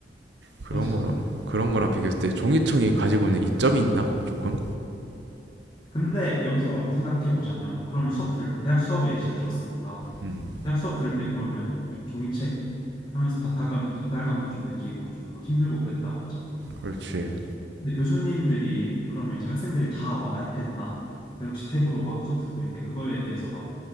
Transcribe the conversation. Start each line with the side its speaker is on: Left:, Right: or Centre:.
Right: 그런
Left: 그렇지
Right: 거랑
Left: 않나?
Right: 그런 거랑 비교했을 때 종이청이 가지고 있는 이점이 있나 조금
Left: 근데 여기서 생각해 보자면, 그러면 수업 들, 대학 수업에 예시를 들었으니까,
Right: 음
Left: 대학 수업 들을 때 그러면 약간 종이책 하면서 박탈감, 박탈감도 좀 느끼고 좀 막 힘들고 그랬다고 하잖아.
Right: 그렇지
Left: 근데 교수님들이 그러면 이제 학생들이 다 막 아이패드나 갤럭시 탭으로 막 수업 듣고 있는데 그거에 대해서 막